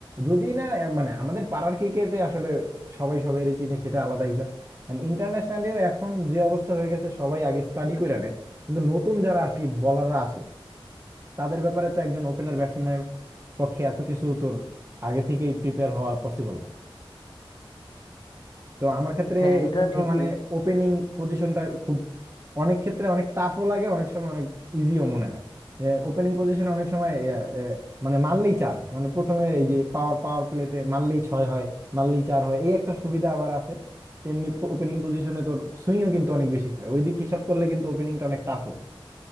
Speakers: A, on the right; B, on the left.
A: যদি না আহ, মানে আমাদের পাড়ার ক্রিকেটে আসলে সবাই সবাই চিনি সেটা আলাদা হিসাব ইন্টারন্যাশনালিও এখন যে অবস্থা হয়ে গেছে সবাই আগে স্টাডি করে নেয় কিন্তু নতুন যারা আসলে বলাররা আসে তাদের ব্যাপারে তো একজন ওপেনার ব্যাটসম্যানের পক্ষে এত কিছু তোর আগে থেকেই প্রিপেয়ার হওয়া পসিবল না তো আমার ক্ষেত্রে
B: হ্যাঁ
A: এই
B: এটা
A: জন্য
B: ঠিকই
A: মানে ওপেনিং পজিশনটা খুব অনেক ক্ষেত্রে অনেক টাফও লাগে অনেক সময় অনেক ইজিও মনে হয় যে ওপেনিং পজিশনে অনেক সময় এ, এ, মানে মারলেই চার মানে প্রথমে এই যে পাওয়ার পাওয়ার প্লেতে মারলেই ছয় হয় মারলেই চার হয় এই একটা সুবিধা আবার আছে তেমনি ওপেনিং পজিশনে তোর সুইংও কিন্তু অনেক বেশি খায় ওই দিক হিসাব করলে কিন্তু ওপেনিংটা অনেক টাফও